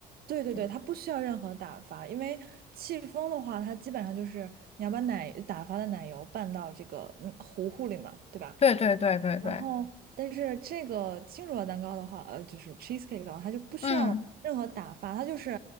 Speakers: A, on the right; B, on the left.
A: 对对对，
B: 就
A: 它不需要任何打发，因为戚风的话，它基本上就是你要把奶打发的奶油拌到这个嗯糊糊里嘛，对吧？
B: 对对对对对，
A: 然后，但是这个轻乳酪蛋糕的话，呃，就是 cheesecake 的话，它就不需要任何打发，
B: 嗯
A: 它就是